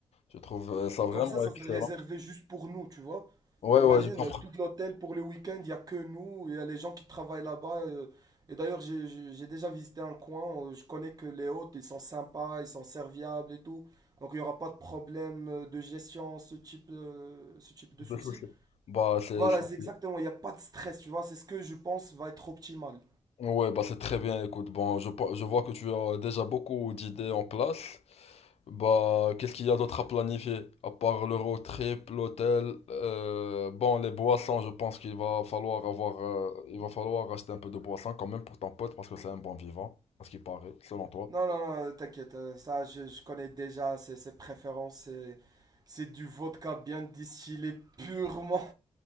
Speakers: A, on the left; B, on the right.
A: Je trouve euh, ça
B: Et
A: vraiment
B: comme ça, ça
A: excellent.
B: serait réservé juste pour nous, tu vois.
A: Ouais,
B: Imagine,
A: ouais, je comprends.
B: euh, tout l'hôtel pour le week-end, il n'y a que nous, il y a les gens qui travaillent là-bas. euh, et d'ailleurs, j'ai j'ai- j'ai déjà visité un coin, euh, je connais que les hôtes, ils sont sympas, ils sont serviables et tout. Donc il n'y aura pas de problème euh, de gestion, ce type, euh, ce type de souci.
A: pas de souci. Bah c'est,
B: Voilà,
A: c'est-
B: c'est exactement,
A: c'est-
B: il n'y a pas de stress, tu vois, c'est ce que je pense va être optimal.
A: ouais, bah c'est très bien. Écoute, bon, je, pe- je vois que tu as déjà beaucoup d'idées en place. Bah, qu'est-ce qu'il y a d'autre à planifier? À part le road trip, l'hôtel, euh, bon, les boissons, je pense qu'il va falloir avoir, euh, il va falloir acheter un peu de boissons quand même pour ton pote parce que c'est un bon vivant, à ce qui paraît, selon toi.
B: Non, non, non, t'inquiète, euh, ça, je, je connais déjà ses, ses préférences, c'est c'est du vodka bien distillé purement.